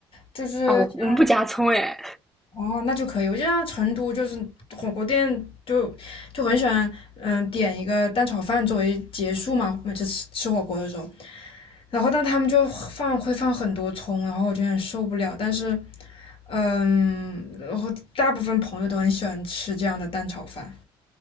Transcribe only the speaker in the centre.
啊！我我们不加葱哎，